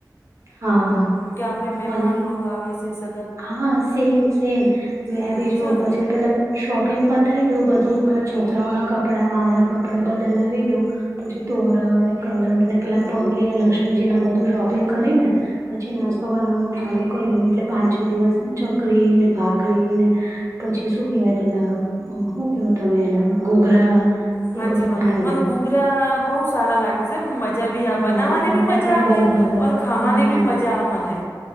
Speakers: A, on the right; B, on the left.
A: હા.
B: કે આપણે મહેમાન
A: મને
B: લોગ આવે છે સ
A: હા સેમ સેમ, મેં
B: આવે
A: બી
B: સાચી
A: જોવ
B: વાત
A: પ છે પેલા શોપિંગ પતાવી દવ બધું મારા છોકરાઓના કપડા મારા કપડાં બદલાવી દેવ. પછી તોરણ ને કલર ને પેલા પગલ લક્ષ્મીજીના બધું શોપિંગ કરી ને. પછી નાસ્તો બનાવવાનું ચાલુ કરું એટલે પાંચ છ દિવસ ચકરી ને ભાખરીને. પછી શું કેવાય પેલા શું કેવું તમે એના ઘોઘરા.
B: સાાચી
A: એ બધું
B: વાત,
A: બનાવીએ
B: મને ગુગરા બહુ સારા લાગે છે એમ મજા મજા ભી
A: હા
B: આ બનાવા ને
A: મને
B: ભી મજા
A: પણ
B: આવે,
A: બહુ ભાવે
B: ર ખાવાને
A: હા
B: ભ મજા આવે મને.